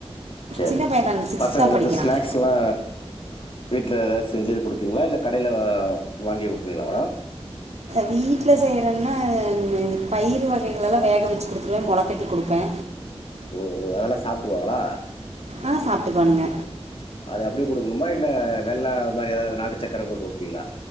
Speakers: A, on the left; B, on the right.
A: சேரி
B: சின்ன பையன்
A: சேரி
B: தான் சிக்ஸ்த்
A: பசங்களுக்கு
B: தான் படிக்கிறான்
A: ஸ்நாக்ஸ் எல்லா வீட்ல எதாச்சு செஞ்சுது குடுப்பீங்களா இல்ல கடைல அ வாங்கி குடுப்பீங்களா மேடம்
B: வீட்ல செய்றன்னா இந்த பயிறு வகைகளல்லா வேக வெச்சு குடுத்துருவே மொளக்கட்டி குடுப்பே
A: ஓ ஓ அதெல்லா சாப்டுவாங்களா
B: ஆ சாப்ட்டுக்குவானுங்க
A: அது அப்டியே குடுக்கணுமா இல்ல வெள்ள அது மாறி எதாவ்து நாட்டு சக்கர போட்டு குடுப்பீங்களா